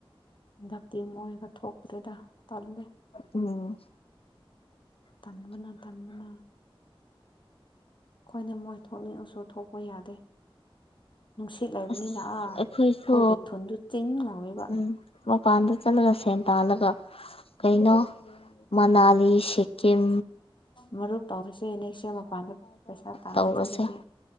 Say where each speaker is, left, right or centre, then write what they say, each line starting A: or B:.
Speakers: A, on the left; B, on the left.
A: ꯍꯟꯗꯛꯇꯤ ꯃꯣꯏꯒ ꯊꯣꯛꯇ꯭ꯔꯦꯗ ꯇꯜꯂꯦ
B: ꯎꯝ
A: ꯇꯟꯕꯅꯥ ꯇꯟꯕꯅꯥ ꯈꯣꯏꯅ ꯃꯣꯏ ꯊꯣꯛꯅꯤꯡꯉꯁꯨ ꯊꯣꯛꯄ ꯌꯥꯗꯦ ꯅꯨꯡꯁꯤꯠ ꯂꯩꯕꯅꯤꯅ
B: ꯑꯁ
A: ꯑꯥ ꯑꯩꯈꯣꯏꯒꯤ
B: ꯑꯩꯈꯣꯏꯁꯨ
A: ꯊꯨꯟꯗꯨ ꯆꯤꯡ ꯂꯥꯎꯋꯦꯕ
B: ꯎꯝ ꯃꯄꯥꯟꯗ ꯆꯠꯂꯒ ꯁꯦꯟ ꯇꯥꯜꯂꯒ ꯀꯩꯅꯣ ꯃꯅꯥꯂꯤ ꯁꯤꯠ ꯀꯤꯝ
A: ꯃꯔꯨꯞ ꯇꯧꯔꯁꯦ ꯅꯩꯁꯦ ꯃꯄꯥꯟꯗ ꯄꯩꯁꯥ ꯇꯥꯟꯕ
B: ꯇꯧꯔꯁꯦ
A: ꯆꯠꯂꯒꯦ